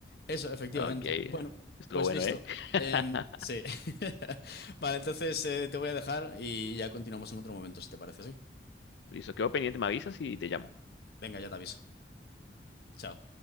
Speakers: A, on the left (about 60°); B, on the left (about 85°).
A: Eso, efectivamente.
B: Ok,
A: Bueno,
B: estuvo
A: pues
B: bueno,
A: listo.
B: ¿eh? <laughs>
A: Em, sí. <laughs> Vale, entonces eh, te voy a dejar y ya continuamos en otro momento, si te parece, ¿sí?
B: Listo, quedo pendiente, me avisas y te llamo.
A: Venga, ya te aviso. Chao.